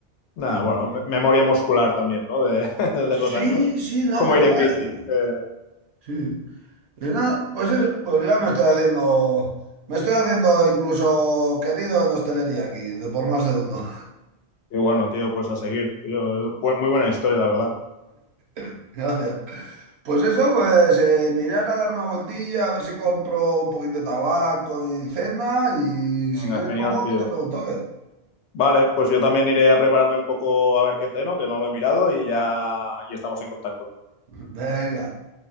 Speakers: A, on the left; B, on the right.
A: Nada,
B: Y-
A: bueno, me-
B: y-
A: memoria muscular también, ¿no? De, <laughs> de
B: sí,
A: los años.
B: sí, no,
A: Como
B: pero
A: ir
B: ya...
A: en bici,
B: y-
A: ¿no? Que-
B: sí. Y nada, pues eso, pues ya me estoy haciendo, me estoy haciendo incluso querido en hostelería aquí, de por más de uno.
A: y bueno, tío, pues a seguir, tío. Es bu- muy buena historia, la verdad.
B: <laughs> Gracias. Pues eso, pues eh, mirar a dar una vueltilla, a ver si compro un poquito de tabaco y cena, y si
A: Venga,
B: quieres
A: genial,
B: luego
A: tío.
B: te pregunto qué.
A: Vale, pues yo también iré a prepararme un poco a ver qué ceno, que no lo he mirado y ya y estamos en contacto.
B: <laughs> Venga,